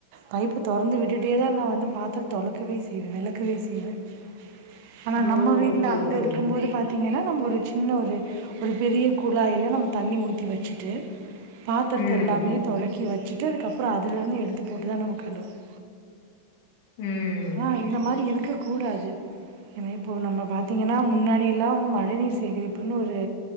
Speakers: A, on the right; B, on the left.
A: பைப்பை திறந்து விட்டுட்டே தான் நான் வந்து பாத்திரம் தொளக்கவே செய்வேன் விளக்கவே செய்வேன் ஆனா
B: ஓ
A: நம்ம வீட்டுல
B: ஓகே
A: அங்க
B: ஓகே
A: இருக்கும்
B: தோழி
A: போதுபாத்தீங்கன்னா நம்ம ஒரு சின்ன ஒரு ஒரு பெரிய குழாயில் நம்ம தண்ணி ஊற்றி வச்சுட்டு பாத்திரத்து
B: ம்
A: எல்லாமே தொலைக்கி தக்கி வச்சுட்டு அதுக்கப்புறம் அதுலேருந்து எடுத்து போட்டு தான் நம்ம கழுவோம்
B: ம்
A: ஆஹ் இந்த மாதிரி இருக்கு இருக்க கூடாது ஏன்னா இப்போ நம்ம பாத்தீங்கன்னா முன்னாடியெல்லா வந்து மழை நீர் சேகரிப்புன்னு ஒரு